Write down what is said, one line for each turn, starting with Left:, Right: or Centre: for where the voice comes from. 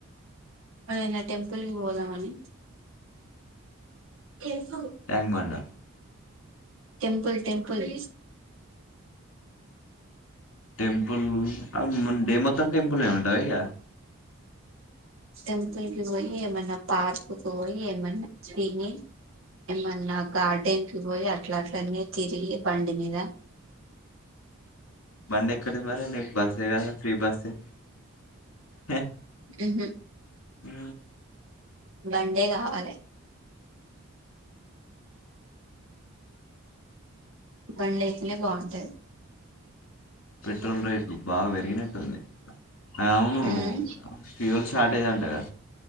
Right: ఏమన్న టెంపుల్కి పోదామని ఎఫ
Left: tank bund
Right: temple temple
Left: temple ఆ డేమొ త్త టెంపుల్లనే ఉంవా ఇగ
Right: టెంపుల్ కి పోయి ఏమన్నా పార్క్ కి పోయి ఏమన్నా తిని ఏమన్నా గార్డెన్ కి పోయి అట్లా అట్లనే తిరిగి బండి మీద
Left: బందెక్కడిది మరే ని బస్ఏ కద ఫ్రీ బస్ఏ హ
Right: మ్ హు
Left: హు
Right: బండే కావాలే బండ్లు అయితేనే బాగుంటది
Left: పెట్రోల్ రేట్లు బాగా పెర్ గినటుంది అవును
Right: మ్మ్
Left: ఫ్యూల్ షార్టేజ్ అంట గా